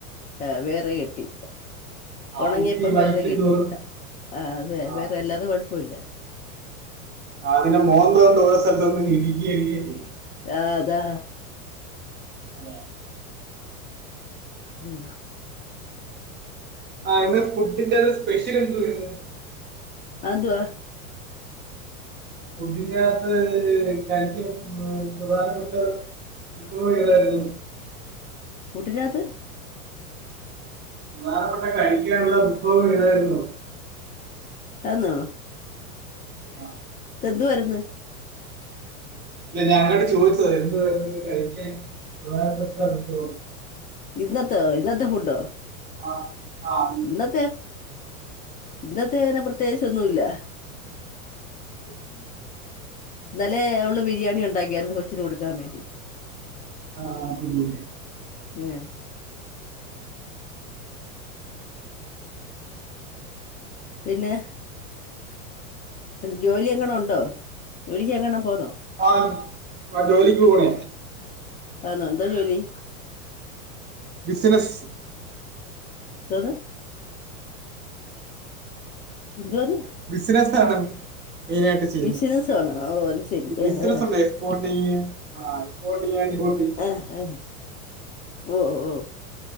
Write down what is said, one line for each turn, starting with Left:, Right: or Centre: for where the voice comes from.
Left: ആഹ് വേറെ കെട്ടി
Right: അതിപ്പോ
Left: ഉണങ്ങിയപ്പം
Right: ഈ വലിക്കും
Left: വേറെ കെട്ടി
Right: തോറും
Left: ആഹ് അത
Right: ആഹ്
Left: വേറെ അല്ലാതെ കുഴപ്പമില്ല
Right: ആഹ് അതിന്റെ മോന്ത കൊണ്ട് ഓരോ സ്ഥലത്തും ഒന്ന് ഇടിക്കുകയ <unintelligible>
Left: ആഹ് താ
Right: അതെ
Left: ഉം
Right: ആഹ് ഫുഡിന്റെ അത് സ്പെഷ്യൽ എന്തര്ന്ന്
Left: അന്തുവ
Right: ഫുഡിനകത്ത് കഴിക്കും പ്രധാനപ്പെട്ട <unintelligible> തായിരുന്നു
Left: ഫുഡിനകത്ത്
Right: പ്രധാനപ്പെട്ട കഴിക്കാനുള്ള വിഭവം ഏതായിരുന്നു
Left: അന്നോ
Right: ആഹ്
Left: തെന്തുവരുന്ന്
Right: ഇല്ല ഞാൻ നാണ്ട് ചോദിച്ചത് എന്തു വരുന്നത് കഴിക്കാൻ പ്രധാനപ്പെട്ട അനുഭവം
Left: ഇന്നതൊ ഇന്നത്തെ ഫുഡോ
Right: ആഹ് ആഹ്
Left: ഇന്നത്തെ ഇന്നത്തെ അങ്ങനെ പ്രത്യേകിച്ചൊന്നുല്ല
Right: <unintelligible>
Left: നല്ലെ അവള് ബിരിയാണി ഉണ്ടാക്കിയായിരുന്നു കൊച്ചിന് കൊടുക്കാൻ വേണ്ടി
Right: ആഹ് ശരി
Left: പിന്നെ പിന്നെ ജോലി എങ്ങണ ഉണ്ടോ ജോലിക്ക് എങ്ങണോ പോന്നോ
Right: ആഹ് ജോലിക്ക് പോണേ
Left: ആന്നോ എന്താ ജോലി
Right: ബിസിനസ്
Left: ൻതോന്ന് ഇന്തോന്ന്
Right: ബിസിനസ് ത്താണ് മെയിനായിട്ട് ചെയ്യുന്നത്
Left: ബിസിനസ് ആണോ ഓ അത് ശരി
Right: ബിസിനസ്ണ്ട്
Left: ആഹ് ആഹ്
Right: എക്സ്പോട്ടിങ്ങ് ആഹ് പോട്ടിങാ നിമോട്ടി
Left: ആഹ് ആഹ് ഓ ഓ